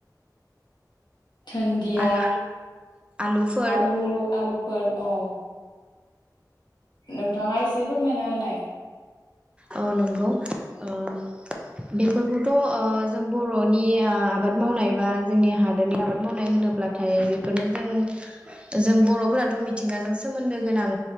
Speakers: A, on the left; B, on the right.
A: धोनन्दिया
B: आरो आलुफोर
A: आलु आलुफोर औ नोंथाङा एसे फोरमायना होनाय
B: औ नंगौ ओ बेफोरखौथ' ओ जों बर'नि आबाद मावनाय बा जोंनि हादोरनि आबाद मावनाय होनोब्लाथाय बेफोरनो जों जों बर'फोराथ' मिथिंगाजों सोमोन्दो गोनां